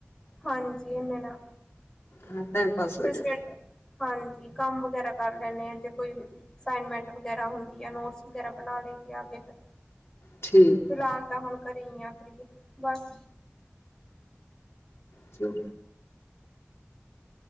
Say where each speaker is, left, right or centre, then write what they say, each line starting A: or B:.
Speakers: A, on the left (about 15°); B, on the left (about 75°).
A: ਹਾਂਜੀ। ਇਹਨਾਂ ਨਾ
B: ਹਾਂ ਟਾਈਮ ਪਾਸ ਹੋ
A: ਫਿਰ
B: ਜਾਂਦੇ।
A: ਸਟੱਡ ਹਾਂਜੀ ਕੰਮ ਵਗੈਰਾ ਕਰ ਲੈਂਦੇ ਆਾਂ ਜੇ ਕੋਈ। ਅਸਾਈਨਮੈਂਟ ਵਗੈਰਾ ਹੁੰਦੀ ਆ ਨੋਟਸ ਵਗੈਰਾ ਬਣਾ ਲਈੈਂਦੇ ਆ ਕੇ ਫਿਰ
B: ਠੀਕ
A: ਫਿਲਹਾਲ ਤਾਂ ਹੁਣ ਘਰੇ ਹੀ ਆ ਫਰੀ ਬਸ
B: ਚਲੋ